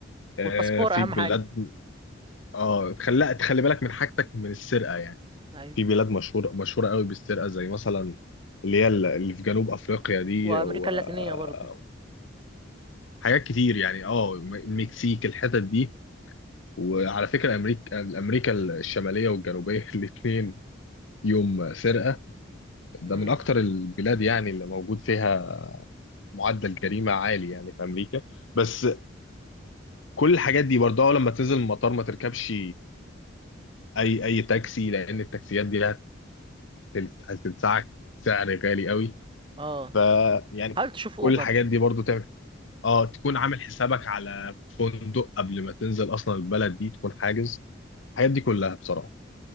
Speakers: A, on the left (about 80°); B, on the right (about 25°).
A: آه،
B: والباسبور
A: في
B: اهم
A: بلاد
B: حاجه
A: اه تخلي تخلي بالك من حاجتك من السرقه يعني
B: ايوه
A: في بلاد مشهوره مشهوره قوي بالسرقه زي مثلا اللي هي اللي في جنوب افريقيا دي
B: وامريكا
A: وحاجات
B: اللاتينيه برضو
A: كتير يعني اه المكسيك الحتت دي وعلى فكره امريكا امريكا الشماليه والجنوبيه <laughs> الاثنين يوم سرقه ده
B: امم
A: من اكتر البلاد يعني اللي موجود فيها معدل جريمه عالي يعني في امريكا بس كل الحاجات دي برضه أول لما تنزل المطار ما تركبش اي اي تاكسي لان التاكسيات دي هتل- هتدفعك سعر غالي قوي
B: اه
A: ف يعني ك-
B: حاول تشوف اوبر
A: كل الحاجات دي برضه تعمل اه تكون عامل حسابك على فندق قبل ما تنزل اصلا البلد دي تكون حاجز الحاجات دي كلها بصراحه